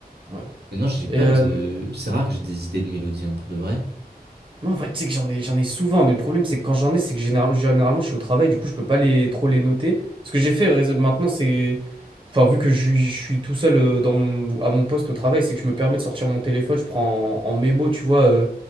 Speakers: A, on the right (about 30°); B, on the right (about 80°).
A: Ouais.
B: Maintenant, j'ai pas
A: Et euh,
B: de. C'est rare que j'ai des idées de mélodie, hein, pour de vrai.
A: moi, en vrai, tu sais que j'en ai, j'en ai souvent, mais le problème, c'est que quand j'en ai, c'est que généralement, généralement, je suis au travail, du coup, je peux pas les, trop les noter. Ce que j'ai fait rés- maintenant, c'est. Enfin, vu que je, suis je suis tout seul euh, dans mon- à mon poste au travail, c'est que je me permets de sortir mon téléphone, je prends en, en mémo, tu vois, euh,